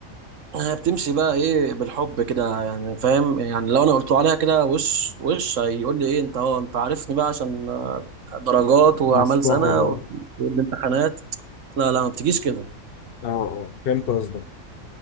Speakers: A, on the right (about 70°); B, on the left (about 55°).
A: آه، بتمشي بقى ايه بالحب كده يعني فاهم يعني لو انا قلت له عليها كده وش وش هيقول لي ايه انت اه انت عارفني بقى عشان آه، درجات واعمال
B: مصلحة
A: سنه
B: بقى
A: والامتحانات لا لا ما بتجيش كده
B: اه اه فهمت قصدك